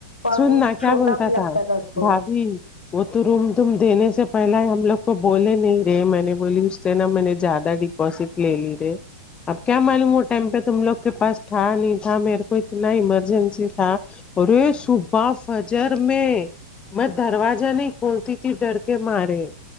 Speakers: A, on the left; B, on the left.
A: اور
B: سننا
A: وہ
B: کیا
A: چھوٹا
B: بولتا
A: لگتا تھا اس کو
B: بھابھی وہ تو روم توم دینے سے پہل ہی ہم لوگ کو بولے نہیں رہے میں نے بولی اس سے نہا میں نے زیادہ ڈپسٹ لے لی رہے اب کیا معلوم ہو ٹائم پہ تم لوگ کے پاس تھا نہیں تھا میرے کو اتنا ایمرجنسی تھا اور ریش صبح فجر میں میں دروازہ نہیں کھولتی تھی ڈر کے مارے